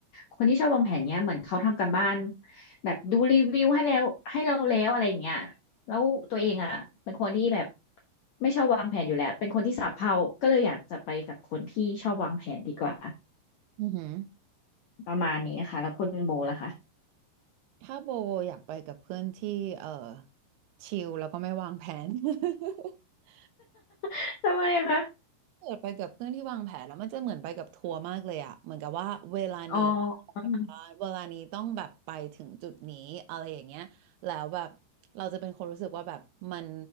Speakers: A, on the left (about 75°); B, on the right (about 80°).
A: คนที่ชอบวางแผนเนี้ยเหมือนเขาทำกัรบ้านแบบดูรีวิวให้แล้วให้เราแล้วอะไรอย่างเงี้ยแล้วตัวเองอ่ะเป็นคนที่แบบไม่ชอบวางแผนอยู่แล้ว เป็นคนที่สับเพร่าก็เลยอยากจะไปกับคนที่ชอบวางแผนดีกว่า
B: อือหือ
A: ประมาณนี้ค่ะ แล้วคุณโบล่ะคะ
B: ถ้าโบอยากไปกับเพื่อนที่เออชิลแล้วก็ไม่วางแผน <laughs>
A: <laughs> ทำไมอะคะ
B: เกิดไปกับเพื่อนที่วางแผนแล้วมันจะเหมือนไปกับทัวร์มากเลยอะเหมือนกับว่าเวลานี้ออกจากบ้านเวลานี้ต้องแบบไปถึงจุดนี้อะไรอย่างเงี้ยแล้วแบบเราจะเป็นคนรู้สึกว่าแบบมัน
A: อ๋ออืม